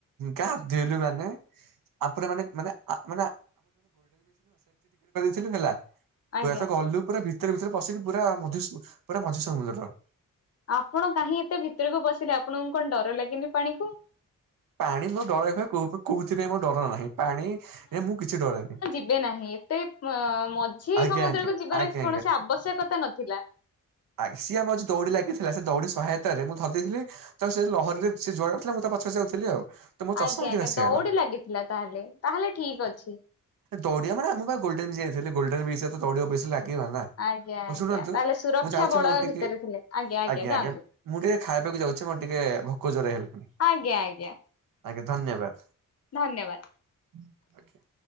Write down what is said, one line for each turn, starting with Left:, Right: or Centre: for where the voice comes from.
Right: ଗଧେଇଲୁ ମାନେ ଆପରେ ମାନେ ମାନେ ମାନେ <unintelligible>
Left: ଆଜ୍ଞା
Right: ପୁରା ତ ଗଲୁ ପୁରା ଭିତରେ ଭିତରେ ପଶିକି ପୁରା ମଝି ପୁରା ମଝି ସମୁଦ୍ର।
Left: ଆପଣ କାହିଁ ଏତେ ଭିତରକୁ ପସିଲେ ଆପଣଙ୍କୁ କଣ ଡର ଲାଗେନି ପାଣି କୁ?
Right: ପାଣି ମୋ ଡରଇବା କୋଉଥିପାଇଁ ମୋ ଡର ନାହିଁ। ପାଣିରେ ମୁଁ କିଛି ଡରେନି।
Left: ଏବେ ନାହିଁ ଏତେ ମଝି
Right: ଆଜ୍ଞା
Left: ସମୁଦ୍ରକୁୁ
Right: ଆଜ୍ଞା
Left: ଯିବାର
Right: ଆଜ୍ଞା
Left: କୌଣସି ଆବଶ୍ୟକତା ନଥିଲା।
Right: ଆଗ୍ ସିଏ ଆମର ଯଉ ଦୌଡ଼ି ଲାଗିଥିଲା ସେ ଦୌଡି ସହାୟତାରେ ମୁଁ ଧରି ଦେଇଥିଲି। ତ ସେ ଲହରୀରେ ସେ ଯୁଆଡ଼େ ଯାଉଥିଲା ମୁଁ ତା ପଛେ ପଛେ ଯାଉଥିଲି ଆଉ। ତ ମୋ ଚଷମା
Left: ଆଜ୍ଞା
Right: ସେଠି
Left: ଆଜ୍ଞା
Right: ଭାସିଗଲା
Left: ଦୌଡ଼ି ଲାଗିଥିଲା ତାହେଲେ ତାହେଲେ ଠିକ୍ ଅଛି।
Right: ଦୈାଡ଼ି ବା ମାନେ ମୁଁ ବା ଗୋଲଡେନ୍ ବିଚ୍ ଯାଇଥିଲି ଗୋଲଡେନ୍ ବିଚ୍ ରେ ଦୈାଡିବା କୁ ବେଶି ଲାଗେ ଗୀ ବନା
Left: ଆଜ୍ଞା
Right: ହଉ
Left: ଆଜ୍ଞା
Right: ଶୁଣନ୍ତୁ
Left: ତାହେଲେ ସୁରକ୍ଷା
Right: ମୁଁ ଯାଉଛି
Left: ବଳୟ
Right: ମୋର ଟିକେ
Left: ଭିତରେ ଥିଲେ
Right: ଆଜ୍ଞା
Left: ଯାଆନ୍ତୁ
Right: ଆଜ୍ଞା। ମୁଁ ଟିକେ ଖାଇବାକୁ ଯାଉଛି ମୋର ଟିକେ ଭୋକ ଜୋରେ ହେଲାଣି।
Left: ଆଜ୍ଞା ଆଜ୍ଞା।
Right: ଆଜ୍ଞା ଧନ୍ୟବାଦ।
Left: ଧନ୍ୟବାଦ।
Right: <inaudible>